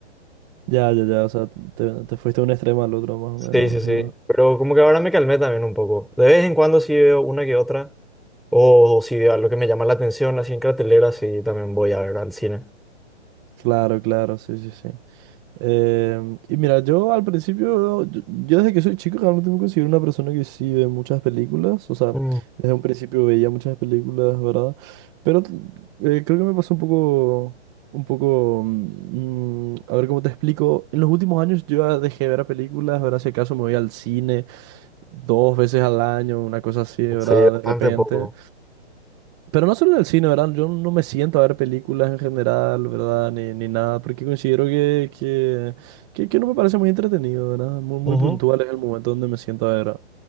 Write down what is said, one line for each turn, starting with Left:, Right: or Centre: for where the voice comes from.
Right: Ya, ya, ya, o sea, te, te fuiste de un extremo al otro, más o menos,
Centre: Sí, sí, sí.
Right: ¿verdad?
Centre: Pero como que ahora me calmé también un poco. De vez en cuando sí veo una que otra. O si veo algo que me llama la atención, así en cartelera, sí también voy a ver al cine.
Right: Claro, claro, sí, sí, sí. Em, y mira, yo al principio, yo, yo desde que soy chico realmente me considero una persona que sí ve muchas películas, o sea,
Centre: Mm,
Right: desde un principio veía muchas películas, ¿verdad? Pero eh, creo que me pasó un poco, un poco, mm, mm, a ver cómo te explico, en los últimos años yo ya dejé de ver películas, ¿verdad? Si acaso me voy al cine dos veces al año, una cosa así, ¿verdad?
Centre: sí, bastante
Right: De repente.
Centre: poco.
Right: Pero no solo en el cine, ¿verdad? Yo no me siento a ver películas en general, ¿verdad? Ni, ni nada, porque considero que, que, que, que no me parece muy entretenido, ¿verdad? Muy, muy
Centre: Ujú.
Right: puntual es el momento donde me siento a ver